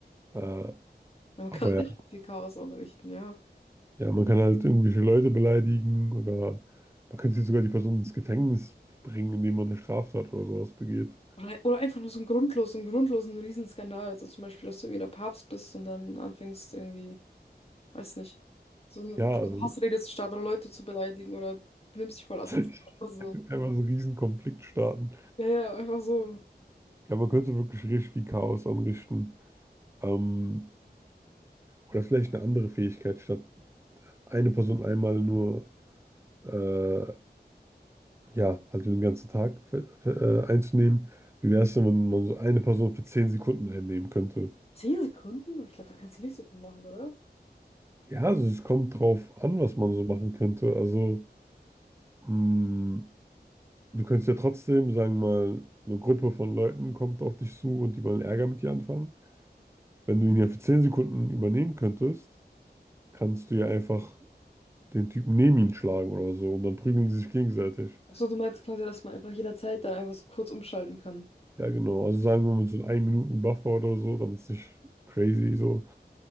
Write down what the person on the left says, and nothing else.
Man
kann
sich auch viel Chaos anrichten, ja.
Oder, oder einfach nur so ein grundlos, so einen grundlosen Riesenskandal. Also zum Beispiel, dass du irgendwie der Papst bist und dann anfängst irgendwie Weiß nicht. So eine
kurze
Hassrede zu starten oder Leute zu beleidigen oder benimmst dich voll asozial.
Also,
ja, ja, einfach so.
Zehn Sekunden? Aber Ich glaube, da kannst du nicht so viel machen, oder?
Achso, du meinst quasi, dass man einfach jederzeit dann einfach so kurz umschalten kann.